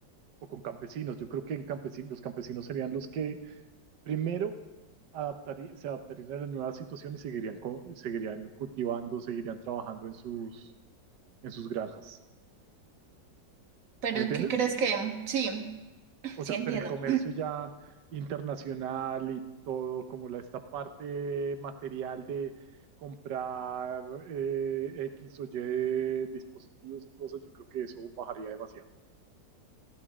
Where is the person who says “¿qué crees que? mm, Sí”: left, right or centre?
Right